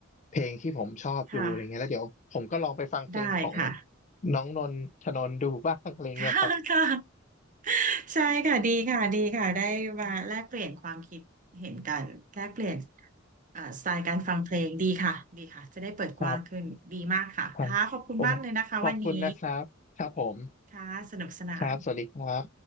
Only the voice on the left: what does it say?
เพลงที่ผมชอบดูอะไรเงี้ยแล้วเดี๋ยวผมก็ลองไปฟังเพลงของ
น้องนนทธนนท์ดูบ้างอะไรเงี้ยครับ
ครับครับโอ้ขอบคุณนะครับครับผม
ครับสวัสดีครับ